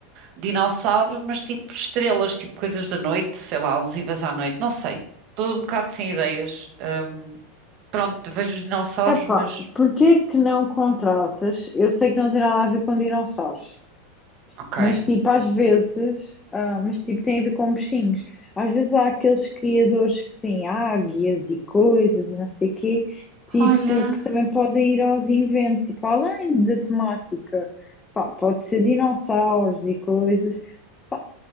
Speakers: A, on the right; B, on the left.
A: dinossauros, mas tipo estrelas, tipo coisas da noite, sei lá, alusivas à noite, não sei. Estou um bocado sem ideias. Hum, pronto, vejo os dinossauros,
B: Epá,
A: mas.
B: porquê que não contratas? Eu sei que não tem nada a ver com dinossauros,
A: Ok.
B: mas tipo, às vezes, ah, mas tipo, tem a ver com bichinhos. Às vezes há aqueles criadores que têm águias e coisas e não sei quê, tipo,
A: Olha,
B: que também podem ir aos inventos, tipo, além da temática, pá, pode ser dinossauros e coisas, pá,